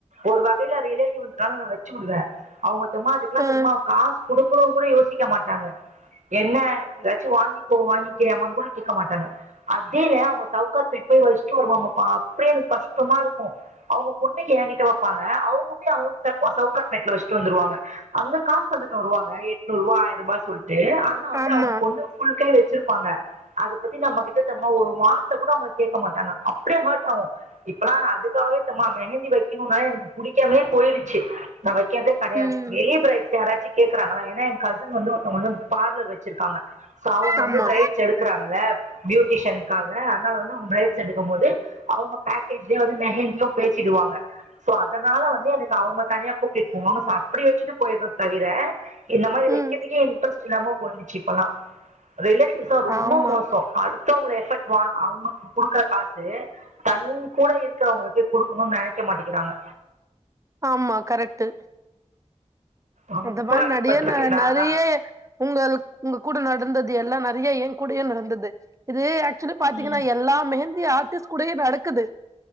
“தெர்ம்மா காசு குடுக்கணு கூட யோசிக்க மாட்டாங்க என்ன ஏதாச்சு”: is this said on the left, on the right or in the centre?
Right